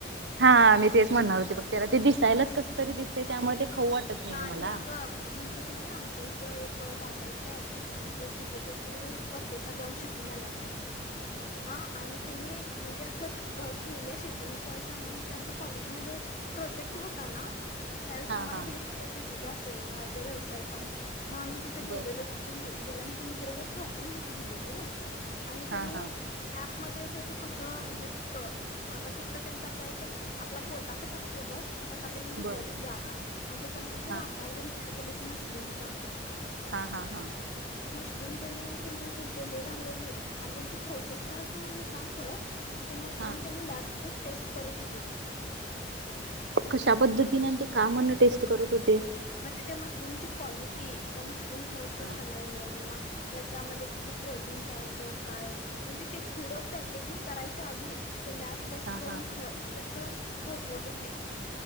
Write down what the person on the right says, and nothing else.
हा! मी तेच म्हणार होते बघ त्याला ते दिसायलाच कस तरी दिसतय त्यामुळे ते खाऊ वाटत
ग मला
हा
हा
बर
हा
हा
बर
हा
हा हा हा.
हा
कश्या पद्धतीने ते का म्हण टेस्ट करत होते
हा
हा
हा